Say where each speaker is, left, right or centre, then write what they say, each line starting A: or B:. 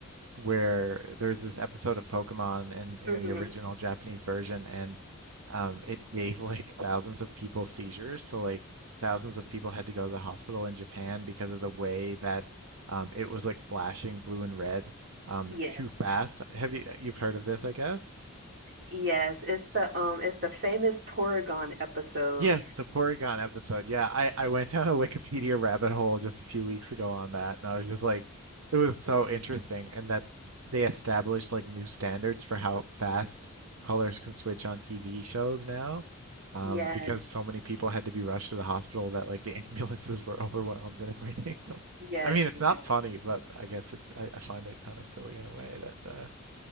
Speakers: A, on the right; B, on the right.
A: where there's this episode of Pokemon in in
B: hmm
A: the original Japanese version, and um, it gave <laughs> like thousands of people seizures. So like thousands of people had to go to the hospital in Japan because of the way that um, it was like flashing blue and red um,
B: <laughs> Yes.
A: too fast. Have you you've heard of this, I guess?
B: Yes, it's the um it's the famous Porygon episode.
A: Yes, the Porygon episode. Yeah, I, I went down a Wikipedia rabbit hole just a few weeks ago on that, and I was just like, it was so interesting. And that's they established like new standards for how fast colors can switch on TV shows now, um,
B: Yes.
A: because so many people had to be rushed to the hospital that like the <laughs> ambulances were overwhelmed and everything.
B: Y-
A: <laughs> Like,
B: Yes,
A: I mean, it's
B: yeah.
A: not funny, but I guess it's I, I find it kind of silly in a way that uh,